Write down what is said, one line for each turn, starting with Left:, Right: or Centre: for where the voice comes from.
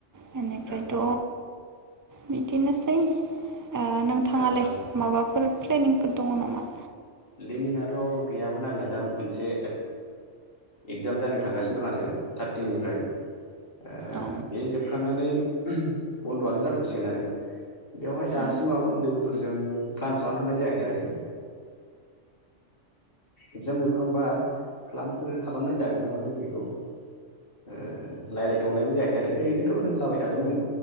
Right: बेनिफ्रायथ'
Left: औ
Right: बिदिनासै नोंथाङालाय
Left: औ औ
Right: माबाफोर प्लेनिंफोर दङ नामा?
Left: प्लेनिंआथ' गैयामोन आंना दा मोनसे इगजाम जानो थांगासिनो दं आरो थार्टिननिफ्राय ओ
Right: औ
Left: बे जोबखांनानै बन्द'आनो जाथ'सिगोन आरो बेवहाय दासिमाव
Right: औ
Left: लोगोफोरजों प्लान खालामथ'नाय जायाखै आरो। इगजाम जोबखांबा प्लानफोर खालामनाय जागोन ना मागोन बेखौ ओ रायज्लायथ'नायबो जायाखै आरो ओरैनोथ' होनलाबाय थादोंमोन